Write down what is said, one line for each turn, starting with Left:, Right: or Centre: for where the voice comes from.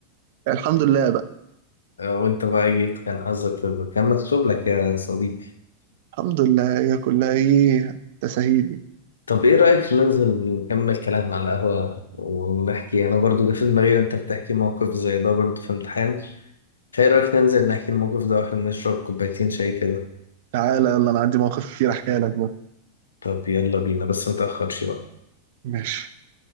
Right: يعني الحمد لله بقى
Left: آه، وانت بقى جيت كان حظك في- كان مكتوب لك يا صديقي
Right: الحمد لله هي كلها ايه تسهيل
Left: طب ايه رأيك ننزل نكمل كلام على القهوة ونحكي انا برضو جه في دماغي وانت بتحكي موقف زي ده برضو في امتحان خير رأيك ننزل نحكي الموقف ده واحنا بنشرب كوبايتين شاي كده
Right: تعالى يلا انا عندي مواقف كتير احكيها لك بقى
Left: طب يلا بينا بس متأخرش بقى
Right: ماشي